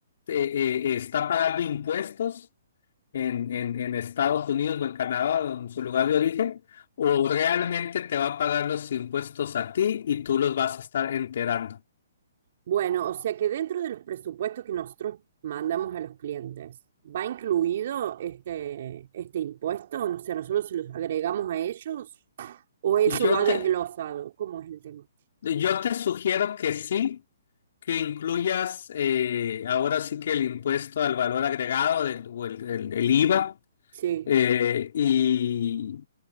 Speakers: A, on the left (about 60°); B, on the right (about 55°).
A: eh, eh, está pagando impuestos en, en, en Estados Unidos o en Canadá o en su lugar de origen, o realmente te va a pagar los impuestos a ti y tú los vas a estar enterando.
B: Bueno, o sea que dentro de los presupuestos que nosotros mandamos a los clientes, ¿va incluido este, este impuesto? O sea, ¿nosotros se los agregamos a ellos o eso
A: Yo
B: va
A: te,
B: desglosado? ¿Cómo es el tema?
A: yo te sugiero que sí, que incluyas eh, ahora sí que el impuesto al valor agregado del- o el, el- el IVA
B: Sí,
A: eh, y,